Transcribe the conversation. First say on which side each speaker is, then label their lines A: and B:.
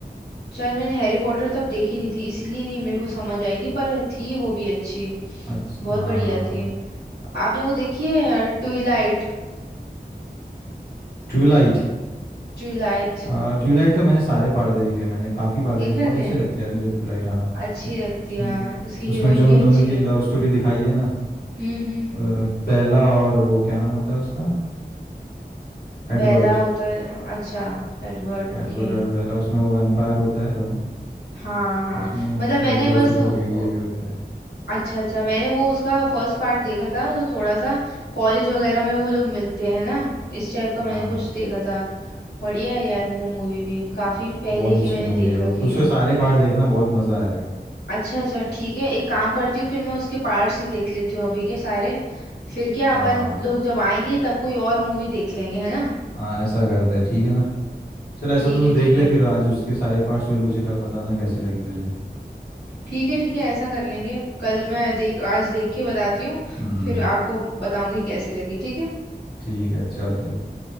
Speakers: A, on the left; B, on the left.
A: शायद मैंने हैरी पॉटर तब देखी नहीं थी इसीलिए नहीं मेरे को समझ आई थी पर थी वो भी अच्छी
B: अच्छा
A: बहुत
B: हाँ
A: बढ़िया थी आपने वो देखी है ट्विलाइट
B: ट्यूबलाइट
A: ट्विलाइट
B: आ, ट्यूबलाइट तो मैंने सारे पार्ट देखे हैं, मैंने काफ़ी बार
A: देख
B: देखे बहुत
A: रखे
B: अच्छी
A: हैं
B: लगती है यार मुझे ट्यूबलाइट हाँ
A: अच्छी लगती
B: उसमें
A: है हाँ उसकी
B: उसमें
A: हीरोइन
B: जो
A: भी
B: उन
A: अच्छी
B: दोनों की
A: है
B: लव स्टोरी दिखाई है ना
A: हम्म हम्म
B: अ, बेला और वो क्या नाम होता है उसका एडवर्ड
A: बेला होता है अच्छा एडवर्ड ओके
B: एडवर्ड और बेला उसमें वो वैम्पायर होता है दोनों
A: हाँ हाँ
B: और उसमें
A: मतलब
B: उसका
A: मैंने
B: एक दोस्त
A: बस
B: होता
A: वो-
B: है भेड़िया भी होता है
A: अच्छा अच्छा मैंने वो उसका फर्स्ट पार्ट देखा था मतलब थोड़ा सा कॉलेज वगैरह में वो लोग मिलते हैं ना इस टाइप का
B: हाँ
A: मैंने कुछ देखा था बढ़िया है यार वो मूवी भी काफी पहले
B: बहुत अच्छी
A: की मैंने
B: मूवी
A: देख
B: है वो
A: रखी
B: तो उसका
A: है
B: सारे पार्ट देखना बहुत मज़ा आएगा
A: अच्छा अच्छा ठीक है एक काम करती हूँ फिर मैं उसके पार्ट्स ही देख लेती हूँ अभी के सारे फिर क्या अपन
B: हाँ
A: लोग जब आएंगे तब कोई और मूवी देख लेंगे है ना
B: हाँ ऐसा करते हैं ठीक है ना चल ऐसा
A: ठीक
B: तो तू
A: है
B: देख
A: ठीक
B: ले
A: है
B: फिर आज उसके सारे पार्ट्स फिर मुझे कल बताना कैसी लगी तुझे
A: ठीक है ठीक है ऐसा कर लेंगे कल मैं देख आज देख के बताती हूँ
B: हम्म
A: फिर आपको बताऊंगी कैसी लगी ठीक है
B: ठीक है चल फिर